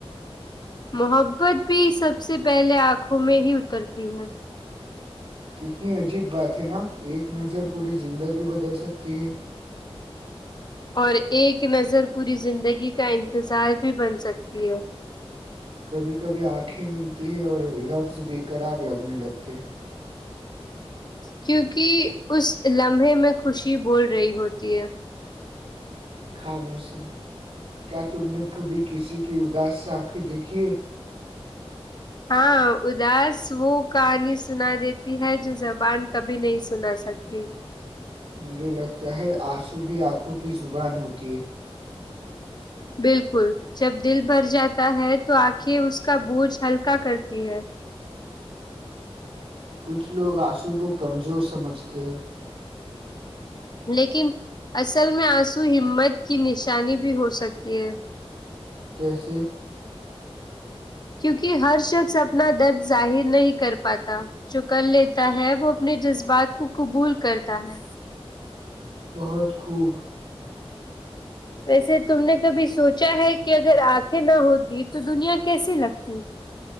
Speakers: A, on the left; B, on the right.
A: محبت بھی سب سے پہلے آنکھوں میں ہی اترتی ہے
B: کتنی عجیب بات ہے نا ایک نظر پوری زندگی بدل سکتی ہے
A: اور ایک نظر پوری زندگی کا انتظار بھی بن سکتی ہے
B: کبھی کبھی آنکھیں ملتی ہے اور لفظ بےقرار لگنے لگتے ہیں
A: کیوںکہ اس لمحے میں خوشی بول رہی ہوتی ہے
B: خاموشی کیا تم نے کبھی کسی کی اداس س آخیں دیکھی ہے
A: ہاں اداس وہ کہانی سنا دیتی ہے جو زبان کبھی نہیں سنا سکتی
B: مجھے لگتا ہے آنسو بھی آنکھوں کی زبان ہوتی ہے
A: بالکل جب دل بھر جاتا ہے تو آکھیں اس کا بوجھ ہلکا کیا کرتی ہے
B: کچھ لوگ آنسو کو کمزور سمجھتے ہیں
A: لیکن اصل میں آنسو ہمت کی نشانی بھی ہو سکتی ہے
B: کیسے
A: کیونکہ ہر شخص اپنا درد ظاہر نہیں کر پاتا جو کر لیتا ہے وہ اپنے جذبات کو قبول کرتا ہے
B: بہت خوب
A: ویسے تم نے کبھی سوچا ہے کہ اگر آنکھیں نہ ہوتی تو دنیا کیسی لگتی